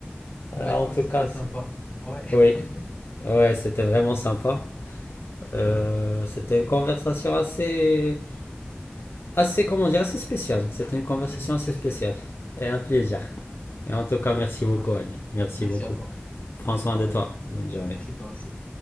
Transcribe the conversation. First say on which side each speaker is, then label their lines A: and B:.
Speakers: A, on the left (about 70°); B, on the left (about 35°).
A: Voilà,
B: Bah écoute,
A: en tout
B: c'était
A: cas,
B: sympa.
A: c'est...
B: Ouais,
A: Oui,
B: <laughs>
A: ouais, c'était vraiment sympa. Euh, c'était une conversation assez assez, comment dire, assez spécial. C'était une conversation
B: c'était spécial.
A: assez spéciale et un plaisir. Et en tout
B: Un
A: cas,
B: plaisir
A: merci
B: partagé.
A: beaucoup, Ali. Merci
B: Merci
A: beaucoup.
B: à toi.
A: Prends
B: Allez,
A: soin
B: bye
A: de
B: bye.
A: toi. Bonne journée.
B: Merci toi aussi.